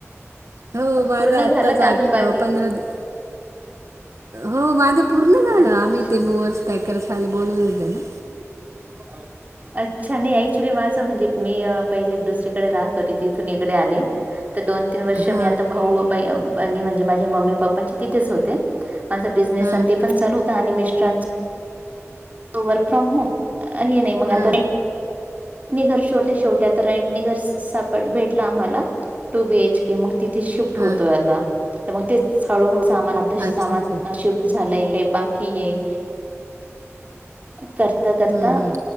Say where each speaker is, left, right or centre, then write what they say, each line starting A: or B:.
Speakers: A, on the right; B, on the right.
A: हो माझा
B: पूर्ण
A: आत्ताच
B: झालं का
A: आठ
B: अजून बाकी
A: पंधरा दि- हो माझं पूर्ण झालं,
B: अच्छा
A: आम्ही ते वर्स पॅकर आले बोलव हो त्या ना.
B: हॅलो अच्छा नाही ऍक्च्युली माझं, म्हणजे मी पहिले दुसरीकडे राहत होते तिथून इकडे आले- तर दोन तीन वर्ष
A: हां
B: मी आता भाऊ म्हणजे माझे मम्मी पप्पांचे तिथेच होते. माझा बिझनेस
A: हां
B: आणि ते पण चालू होतं, आणि मिस्टरांचा, वर्क फ्रॉम होम. हे नाही मग
A: हां
B: आता. घर शोले शेवट्या तर, रंटनी घर सापड भेटला आम्हाला. टू बीएच- मग तिथे शिफ्ट
A: हां
B: होतोय आता मग ते हळूहळ सामान आता सामान.
A: अच्छा अच्छा हम्म,
B: <unintelligible> झालंय बाकी आहे. करता करता
A: हम्म.